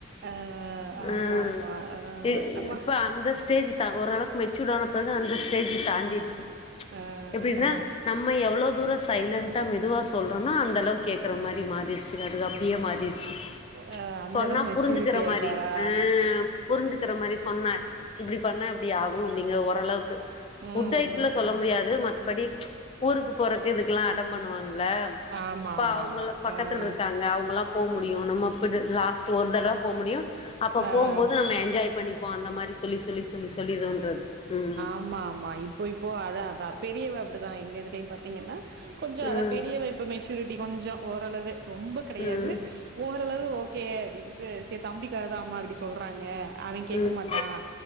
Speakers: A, on the right; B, on the left.
A: ஆ ஆமா
B: ம்
A: ஆமா ஆ
B: இ
A: நம்ம
B: இப்ப அந்த ஸ்டேஜ் தா ஓரளவு மெச்சூட் ஆன பெறகு அந்த ஸ்டேஜி தாண்டிருச்சு
A: ஆ
B: எப்புடினா
A: ஆ
B: நம் ம்ம எவ்வளோ தூர சைலண்ட்ட மெதுவா சொல்றனோ அந்தளவு கேக்ற மாரி மாறிர் சிலதுக அப்டியே மாறிர்ச்சு
A: ஆ அந்த
B: சொன்னா
A: அளவுக்கு மெச்சூரிட்டி
B: புரிஞ்சுக்குற
A: ஆயிட்டாரா
B: மாரி அ புரிஞ்சுக்குற மாரி சொன்னா இப்டி பண்ணா இப்டி ஆகு அப்டிங்கிற ஓரளவுக்கு
A: ஆ ம்
B: ஃபுட்
A: ம்
B: ஐத்துல சொல்ல
A: ம்
B: முடியாது மத்தபடி ஊருக்கு போறக்கு இதுக்குல்லா அடம் பண்ணுவான்ல
A: ஆமா
B: அப்ப
A: ஆமா
B: அவ்ங்கள
A: ஆமா
B: பக்கத்துல்ருக்காங்க
A: ஆ
B: அவ்ங்கல்லா போக முடியு நம்மப்பிடு லாஸ் ஒரு தடதா ப முடியு அப்ப
A: ஆ
B: போகம்போது நம்ம என்ஜாய் பண்ணிப்போ அந்த மாரிஸ் சொல்லி சொல்லி சொல்லி சொல்லி தோன்றது ம்
A: அம்மா ஆம்மா இப் போய்ப்போ அதா அதான பெரியவ அப்புடிதா எங்க இதுலயு பாத்திங்கன்னா கொஞ்ச
B: ம்
A: அதா பெரியவ இப்ப மெச்சூரிட்டி கொஞ்ச ஓரளவு ரொம்ப கெடயாது
B: ம்
A: ஓரளவு ஓகே அப்டின்ட்டு சேர் தம்பிக்காகதா அம்மா அப்பிடி சொல்றாங்க அவெ கேக்க
B: ம் ம்
A: மாட்டா